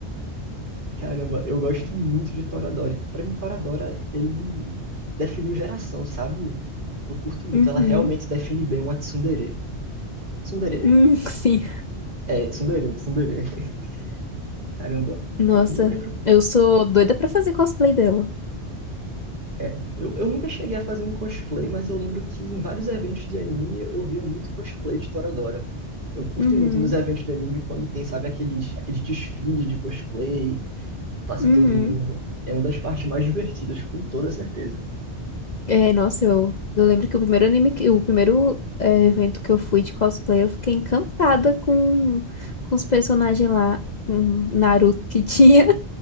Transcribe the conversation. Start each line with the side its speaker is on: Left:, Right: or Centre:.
Right: Caramba, eu gosto muito de Toradora. E Pra mim, Toradora, ele definiu geração, sabe? Eu curto muito.
Left: Uhum.
Right: Ela realmente define bem uma tsundere. Tsundere?
Left: Hum, <laughs> sim.
Right: É, tsundere, tsundere. <laughs> Caramba.
Left: Nossa,
Right: E eu lembro
Left: eu sou doida pra fazer cosplay dela.
Right: É, eu, eu nunca cheguei a fazer um cosplay, mas eu lembro que em vários eventos de anime eu, eu via muito cosplay de Toradora. Eu curto
Left: Uhum.
Right: muito nos eventos de anime quando tem, sabe, aqueles, aqueles desfiles de cosplay, passa
Left: Uhum.
Right: todo mundo. É uma das partes mais divertidas, com toda certeza.
Left: É, nossa, eu, eu lembro que o primeiro anime, que- o primeiro é, evento que eu fui de cosplay, eu fiquei encantada com, com os personagens lá, com Naruto que tinha.